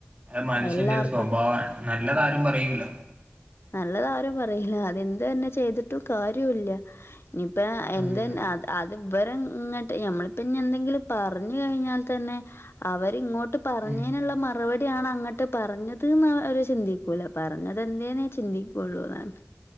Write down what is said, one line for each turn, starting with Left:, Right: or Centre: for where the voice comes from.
Right: അത് മനുഷ്യന്റെ
Left: എല്ലാർക്കും.
Right: ഒരു സ്വഭാവമാണ് നല്ലതാരും പറയൂല.
Left: നല്ലതാരും പറയില അതെന്ത് തന്നെ ചെയ്തിട്ടും കാര്യുല്ല. ഞ്ഞിപ്പെ എന്തെൻ
Right: ആഹ്
Left: അത് അത്. ഇവരെ ഇങ്ങട്ട് ഞമ്മളിപ്പഞ്ഞെന്തെങ്കിലും പറഞ്ഞ് കഴിഞ്ഞാൽ തന്നെ അവരിങ്ങോ ട്ട് പറഞ്ഞേന്ള്ള
Right: ഉം
Left: മറുപടി ആണങ്ങട്ട് പറഞ്ഞത് ന്ന് അവര് ചിന്തിക്കൂല പറഞ്ഞതെന്തേന്ന് വെച്ച. ചിന്തിക്കുള്ളൂന്നാണ്